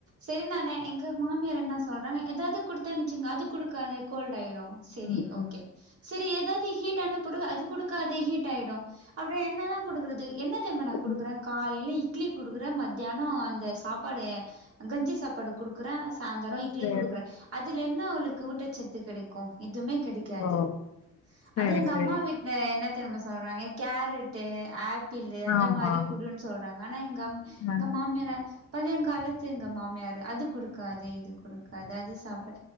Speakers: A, on the right; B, on the left.
A: செரி நானு எங்க மாமியார் என்ன சொல்றாங்க ஏதாது குடுத்தே வச்சுகோங்க அது குடுக்காத கோல்ட்டாயிரு செரி
B: ம்
A: ஓகே செரி ஏதாச்சு ஹீட் ஆனா பொருளு அது குடுக்காத ஹீட் ஆய்டு அப்ற என்ன தா குடுக்குறது என்ன தெரிமா நா குடுத்
B: ம்
A: டுக்றே காலைல இட்லி குடுக்குறே மத்தியானோ அந்த சாப்பாடு கஞ்சி சாப்பாடு குடுக்குறே சாந்தர இட்லி
B: சேரி
A: குடுக்குறே அதுல என்ன அவுளுக்கு ஊட்டச்சத்து கெடைக்கு எதுமே கெடைக்காது
B: ஓ சேரி
A: அதே எங்கம்மா
B: சேரி
A: வீட்ல என்ன தெர்மா சொல்றாங்க கேரட் ட்டு ஆப்பிளு அந்த
B: ஆமா
A: மாரி குடுன் சொல்றாங்க ஆனா எங்கம்
B: ஆ
A: எங்க மாமியாரு பழங்காலத்து எங்க மாமியாரு அது குடுக்காத இது குடுக்காத அது சாப்ட